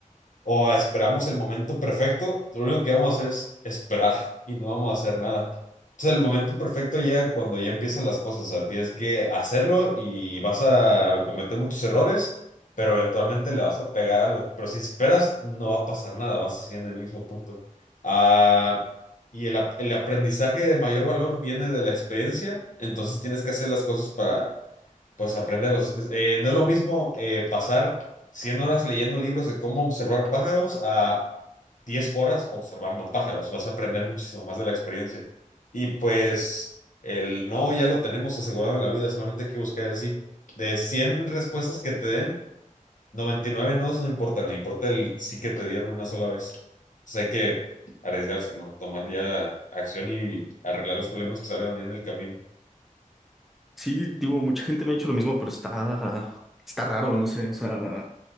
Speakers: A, on the left (about 65°); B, in the centre.
A: o esperamos el momento perfecto, lo único que vamos a hacer es esperar y no vamos a hacer nada. Entonces el momento perfecto ya cuando ya empiezan las cosas, o sea, tienes que hacerlo y vas a cometer muchos errores, pero eventualmente le vas a pegar algo. Pero si esperas, no va a pasar nada, vas a seguir en el mismo punto. Ah, y el, ap- el aprendizaje de mayor valor viene de la experiencia, entonces tienes que hacer las cosas para pues aprenderlos. Eh, no es lo mismo eh, pasar 100 horas leyendo libros de cómo observar pájaros a 10 horas observando pájaros. Vas a aprender muchísimo más de la experiencia. Y pues el no ya lo tenemos asegurado en la vida, solamente hay que buscar el sí. De 100 respuestas que te den, 99 nos no importan, no importa el sí que te dieron una sola vez. Entonces hay que arriesgarse, ¿no? Tomar ya acción y arreglar los problemas que salgan ahí en el camino.
B: Sí, digo, mucha gente me ha dicho lo mismo, pero está, está raro, no sé, o sea,